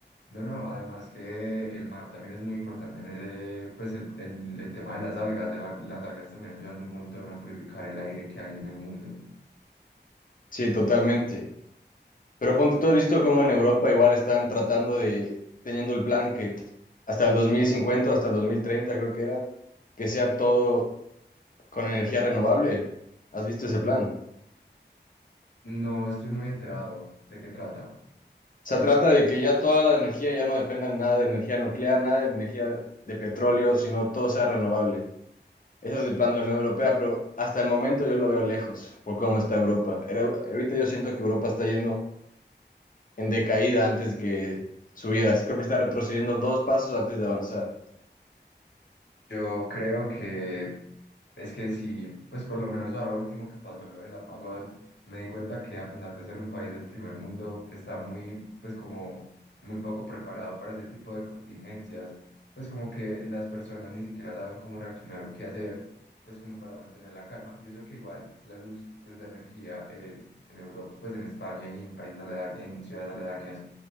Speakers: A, on the left (about 75°); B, on the left (about 45°).
A: no, no, además que el mar también es muy importante en ese, pues el, el, el tema de las algas, de la- las algas también ayudan un montón a purificar el aire que hay en el mundo.
B: Sí, totalmente. Pero ponte, tú has visto cómo en Europa igual están tratando de, teniendo el plan que hasta el 2050, hasta el 2030 creo que era, que sea todo con energía renovable. ¿Has visto ese plan?
A: No estoy muy enterado de qué trata.
B: Se trata de que ya toda la energía ya no dependa nada de energía nuclear, nada de energía de petróleo, sino todo sea renovable. Ese es el plan de la Unión Europea, pero hasta el momento yo lo veo lejos por cómo está Europa. Era- ahorita yo siento que Europa está yendo en decaída antes de que subidas. Creo que está retrocediendo dos pasos antes de avanzar.
A: Yo creo que Es que sí, pues por lo menos ahora último que pasó lo del apagón, me di cuenta que a pesar de ser un país del primer mundo, está muy, pues como muy poco preparado para ese tipo de contingencias, pues como que las personas ni siquiera saben cómo reaccionar o qué hacer, pues como para mantener la calma. Y eso que igual la luz, pues la energía en, en Europa, pues en España y en países aledaños, en ciudades aledañas,